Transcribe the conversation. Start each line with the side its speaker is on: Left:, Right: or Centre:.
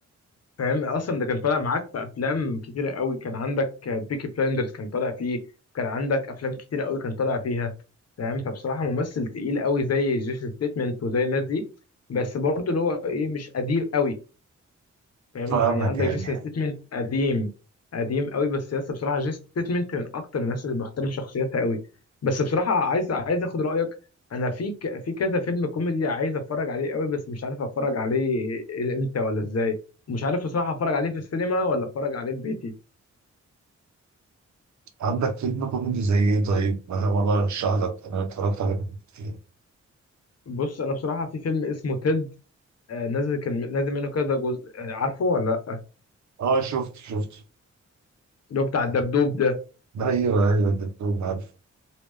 Left: فاهم اصلا ده كان طالع معاك في افلام كتيره قوي كان عندك بيكي بلايندرز كان طالع فيه كان عندك افلام كتيره قوي كان طالع فيها فاهم فبصراحه ممثل تقيل قوي زي جيسون ستيتمنت وزي الناس دي بس برضه اللي هو ايه مش قديم قوي فاهم
Right: فاهمك
Left: يعني عندك
Right: يعني
Left: جيسون ستيتمنت قديم قديم قوي بس لسه بصراحه جيسون ستيتمنت من اكتر الناس اللي بحترم شخصيتها قوي بس بصراحه عايز عايز اخد رايك انا في ك... في كذا فيلم كوميدي عايز اتفرج عليه قوي بس مش عارف اتفرج عليه امتى ولا ازاي مش عارف بصراحه اتفرج عليه في السينما ولا اتفرج عليه في بيتي
Right: عندك فيلم كوميدي زي ايه طيب انا والله ارشح لك انا اتفرجت على كوميدي كتير
Left: بص انا بصراحه في فيلم اسمه تيد آه، نازل كان نازل منه كذا جزء آه، عارفه ولا لا
Right: اه شفت شفت
Left: اللي هو بتاع الدبدوب ده
Right: ايوه ايوه الدكتور عارف